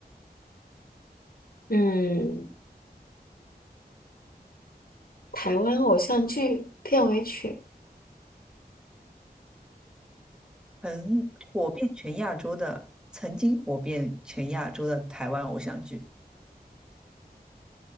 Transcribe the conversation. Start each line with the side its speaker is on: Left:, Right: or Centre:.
Left: 嗯，台湾偶像剧片尾曲，
Centre: 很火遍全亚洲的，曾经火遍全亚洲的台湾偶像剧，